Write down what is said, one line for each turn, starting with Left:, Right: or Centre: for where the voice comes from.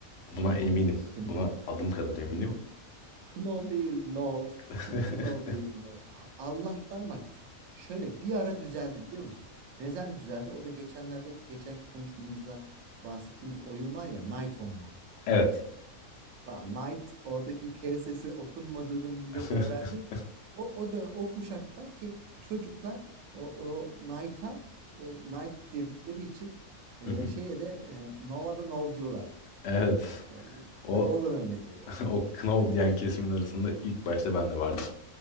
Right: Knopf,
Left: Buna eminim.
Right: Knopf,
Left: Buna adım kadar eminim.
Right: no, Knopf değil no.
Left: <laughs>
Right: <laughs> Knopf değil no. Allah'tan bak şöyle bir ara düzeldi biliyor musun? Neden düzeldi? O da geçenlerde geçenki konuşmamızda bahsettiğimiz oyun var ya Night Online.
Left: Evet.
Right: Daha Knight oradaki K sesi okunmadığını millet
Left: <laughs>
Right: öğrendi. O o dön o kuşakta ki çocuklar o, o Knight'a e, Knight dedikleri için e,
Left: Hı hı.
Right: şeye de e, Nova'da Nov diyorlardı.
Left: Evet.
Right: E,
Left: O
Right: Ya da oradan örnek veriyorum.
Left: <laughs> o Knauf diyen kesimin arasında ilk başta ben de vardım.